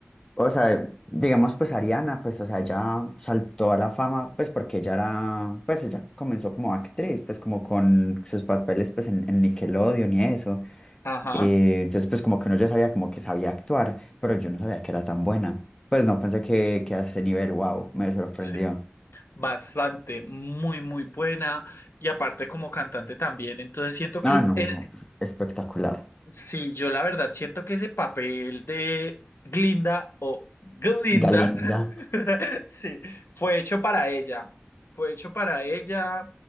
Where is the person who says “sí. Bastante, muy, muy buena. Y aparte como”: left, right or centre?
Left